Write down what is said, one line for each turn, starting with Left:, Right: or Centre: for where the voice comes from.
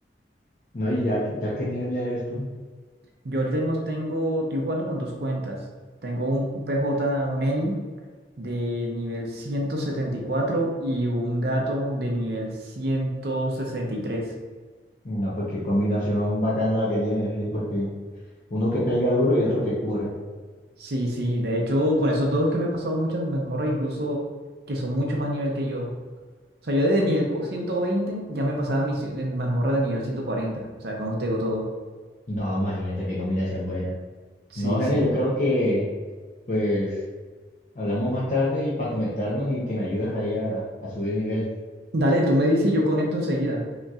Left: No, y ya, ya qué nivel eres tú.
Right: Yo ahorita mismo tengo, estoy jugando con dos cuentas. Tengo un PJ, un Eni de nivel ciento setenta y cuatro y un gato de nivel ciento sesenta y tres
Left: No, pues qué combinación bacana la que tienes, sí, porque uno que pega duro y otro que cubre.
Right: Sí, sí, de hecho, con esos dos es que me he pasado muchas mazmorras, incluso que son mucho más nivel que yo. O sea, yo desde nivel cu- 120 ya me pasaba mis ci- en mazmorra de nivel ciento cuarenta O sea, con eso te digo todo.
Left: No, imagínate qué combinación buena.
Right: Sí,
Left: No, Gene,
Right: sí.
Left: yo creo que pues hablamos más tarde y para conectarnos y que me ayudes ahí a, a subir nivel.
Right: Dale, tú me dices y yo conecto enseguida.